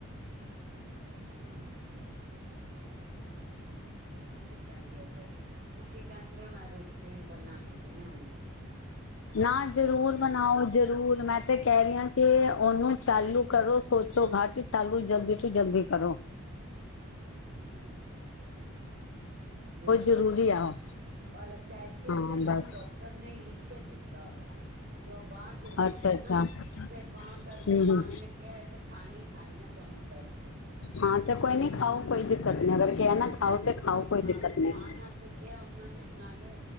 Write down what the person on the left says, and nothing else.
ਨਾ ਜ਼ਰੂਰ ਮਨਾਓ ਜ ਜ਼ਰੂਰ ਮੈਂ ਤੇ ਕਹਿ ਰਹੀ ਹਾਂ ਕਿ ਉਹਨੂੰ ਚਾਲੂ ਕਰੋ ਸੋਚੋ ਘੱਟ ਚਾਲੂ ਜਲਦੀ ਤੋ ਜਲਦੀ ਕਰੋ
ਜ਼ਰੂਰੀ
ਆ ਉਹ
ਹਾਂ
ਬਸ
ਅੱਛਾ
ਅੱਛਾ
ਹਮ
ਹਮ
ਹਾਂ ਤੇ ਕੋਈ ਨੀ ਖਾਓ ਕੋਈ ਦਿੱਕਤ ਨੀ ਅਗਰ ਕਿਹਾ ਨਾ ਖਾਓ
ਤੇ ਖਾਓ ਕੋਈ
ਦਿੱਕਤ ਨਹੀਂ